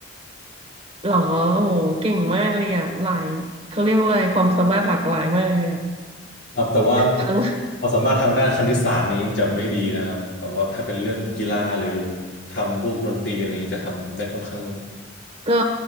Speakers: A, on the right; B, on the left.
A: หรอโอ้โหเก่งมากเลยอะหลายเขาเรียกว่าอะไรความสามารถหลากหลายมากเลยอะ
B: ครับแต่ว่า
A: ทั้ง
B: ความสามารถทางด้านคณิตศาสตร์นี้จะไม่ดีนะครับแต่ว่าถ้าเป็นเรื่องกีฬาหรือทำพวกดนตรีอะไรอย่างนี้จะทำได้ค่อนข้าง
A: ก็